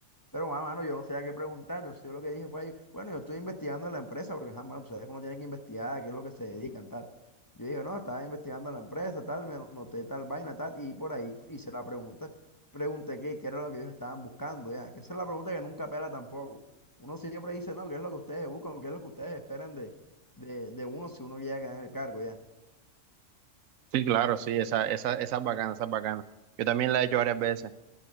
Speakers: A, on the left; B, on the right.
A: Pero, ma, mano, yo no sabía qué preguntar. Entonces, yo lo que dije fue, ahí, bueno, yo estoy investigando en la empresa, porque, ajá, mano, tú sabes que uno tiene que investigar, qué es lo que se dedican, tal. Yo dije, no, estaba investigando en la empresa, tal, me noté tal vaina, tal, y por ahí hice la pregunta. Pregunté qué, qué era lo que ellos estaban buscando, ya. Que esa es la pregunta que nunca pela tampoco. Uno siempre dice, no, qué es lo que ustedes buscan, qué es lo que ustedes esperan de, de, de uno si uno llega a ganar el cargo, ya.
B: Sí, claro, sí, esa, esa, esa es bacana, esa es bacana. Yo también la he hecho varias veces.